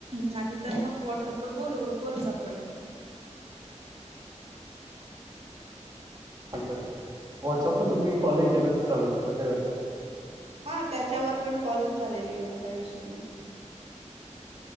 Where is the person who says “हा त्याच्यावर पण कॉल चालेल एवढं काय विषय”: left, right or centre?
Right